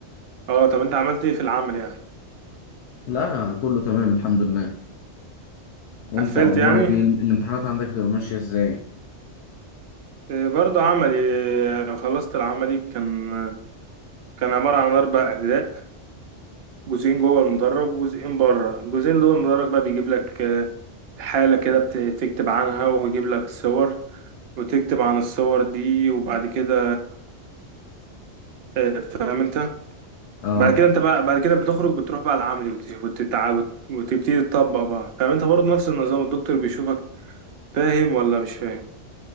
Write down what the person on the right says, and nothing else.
اه طب انت عملت ايه في العمل يعني
قفلت
يعني
آه، برضه عملي آه، خلصت العملي كان كان عبارة عن أربع أجزاء جزئين جوه المدرج وجزئين بره الجزئين جوه المدرج بقى بيجيب لك آه، حالة كده بت- تكتب عنها ويجيب لك صور وتكتب عن الصور دي وبعد كده آه، فاهم انت
بعد كده انت بقى بعد كده بتخرج بتروح بقى العملي وت- وتتع- وت- وتبتدي تطبق بقى فاهم انت برضه نفس النظام الدكتور بيشوفك فاهم ولا مش فاهم